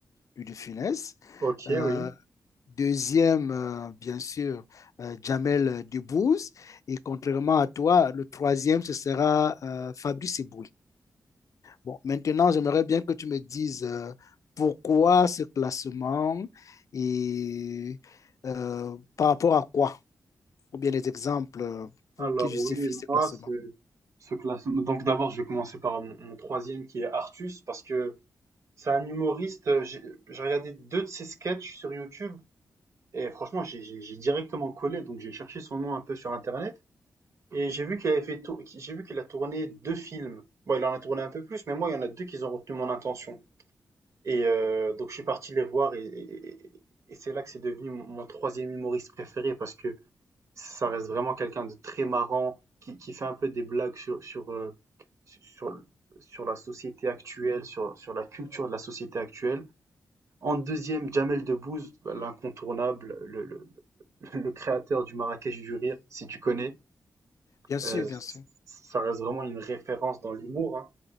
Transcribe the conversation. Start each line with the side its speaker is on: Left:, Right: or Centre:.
Left: Louis de Funès.
Right: Ok,
Left: Euh,
Right: oui.
Left: Deuxième, euh, bien sûr, euh, Jamel Debbouze. Et contrairement à toi, le troisième, ce sera euh, Fabrice Eboué. Bon, maintenant, j'aimerais bien que tu me dises euh, pourquoi ce classement et euh, par rapport à quoi? ou bien les exemples euh, pour
Right: Alors
Left: qui justifient
Right: oui,
Left: ces placements?
Right: moi, c'est Ce classement. Donc d'abord, je vais commencer par mon, mon troisième qui est Artus, parce que c'est un humoriste. euh, J'ai j'ai regardé deux de ses sketchs sur YouTube et franchement, j'ai j'ai- j'ai directement collé, donc j'ai cherché son nom un peu sur Internet. Et j'ai vu qu'il avait fait tour- qui- j'ai vu qu'il a tourné 2 films. Bon, il en a tourné un peu plus, mais moi, il y en a 2 qui ont retenu mon attention. Et euh, donc, je suis parti les voir et, et- et- et c'est là que c'est devenu mon mon troisième humoriste préféré parce que ça reste vraiment quelqu'un de très marrant, qui, qui fait un peu des blagues sur, sur, euh, sur, sur la société actuelle, sur, sur la culture de la société actuelle. En deuxième, Jamel Debbouze, bah, l'incontournable, le, le, <laughs> le créateur du Marrakech du rire, si tu connais.
Left: Bien sûr,
Right: Euh, Yes.
Left: bien sûr.
Right: ça reste vraiment une référence dans l'humour, hein,